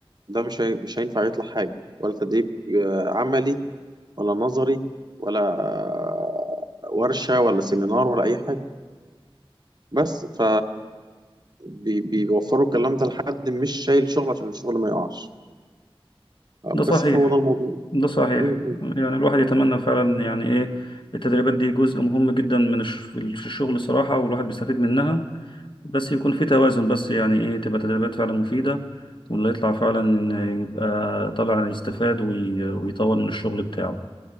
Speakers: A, on the right; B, on the left.
A: ده مش هي... مش هينفع يطلع حاجة ولا تدريب آه، عملي ولا نظري ولا آه، ورشة ولا سيمينار ولا أي حاجة بس ف بي... بيوفروا الكلام ده لحد مش شايل شغل عشان الشغل ما يقعش آه،
B: ده
A: بس
B: صحيح
A: هو ده الموضوع
B: ده صحيح
A: م- م.
B: يعني الواحد يتمنى فعلا يعني إيه التدريبات دي جزء مهم جدا من الش- في الشغل الصراحة والواحد بيستفيد منها بس يكون في توازن بس يعني إيه تبقى تدريبات فعلا مفيدة واللي يطلع فعلا إن يبقى طلع يستفاد وي- ويطور من الشغل بتاعه